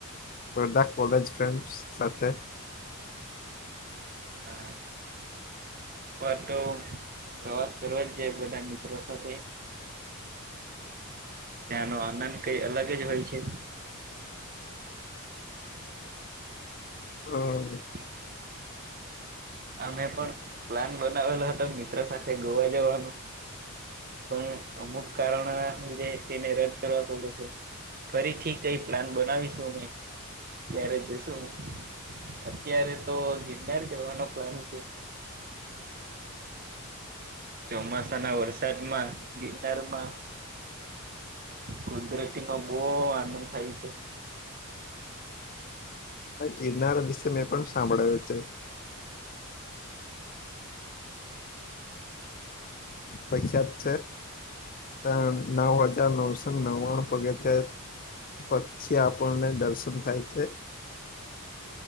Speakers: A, on the left; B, on the right.
A: બધા, કોલેજ ફ્રેન્ડસ સાથે
B: હા એક વાર તો પ્રવાસ કરવા, જ જાય બધા મિત્રો સાથે ત્યાંનો આનંદ કઈ, અલગ જ હોય છે.
A: હા
B: હ <inaudible> આ, મેં પણ પ્લાન બનાવેલો હતો, મિત્ર સાથે ગોવા જવાનુ પણ અમુક કારણો, લીધે તેને રદ કરવા પડ્યું છે. ફરી ઠીક, કંઈ પ્લાન બનાવીશું ને ત્યારે જશું અત્યારે, તો ગિરનાર જવાનો ફરી છે. ચોમાસાના, વરસાદમાં ગિરનારમા કુદરતીમાં બહુ, આનંદ થાય છે.
A: ગિરનાર, વિશે મેં પણ સાંભળાયું છે. પશ્ચાત છે. ત્રણ નવ હજાર નવસો નવાણું પગથિયા તે પછી આપણને દર્શન થાય છે.